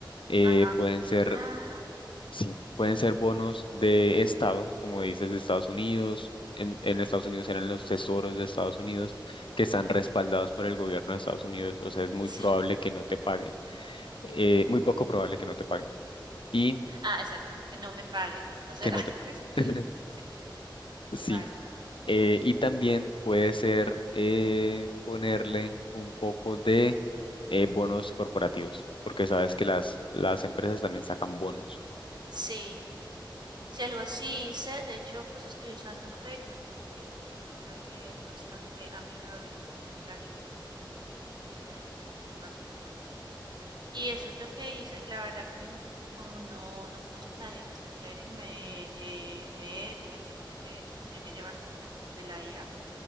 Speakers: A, on the left (about 85°); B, on the right (about 60°).
A: Eh,
B: Ajá,
A: pueden ser
B: ajá,
A: Sí, pueden ser bonos de estado, como dices, de Estados Unidos. En, en Estados Unidos eran los tesoros de Estados Unidos que están
B: sí,
A: respaldados por el gobierno de Estados Unidos. O sea, es muy
B: sí.
A: probable que no te paguen. eh,
B: mm.
A: muy poco probable que no te paguen. Y
B: Ah, exacto, que no me paguen. O sea,
A: que no
B: <laughs>
A: te paguen. <laughs>
B: sí,
A: Sí.
B: vale.
A: eh, y también puede ser eh, ponerle un poco de eh, bonos corporativos, porque sabes que las, las empresas también sacan bonos.
B: Sí. Si algo así hice, de hecho, pues estoy usando Trade Republic, que yo creo que es bastante amigable con la gente que n- tiene un nivel muy básico como yo. Y eso es lo que hice. La verdad que m- como no, no conozco a nadie que esté en trading, me llevé directamente, me dejé llevar completamente la IA.